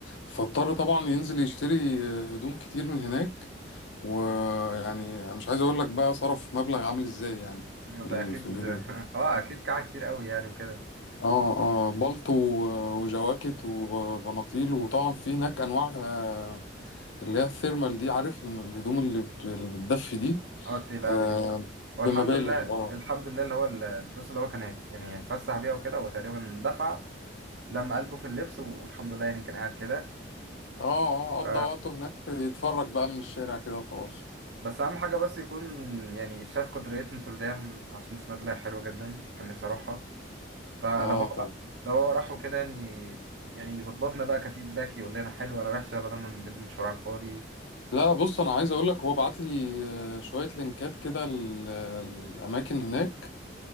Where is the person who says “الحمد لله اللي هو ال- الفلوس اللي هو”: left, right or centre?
Right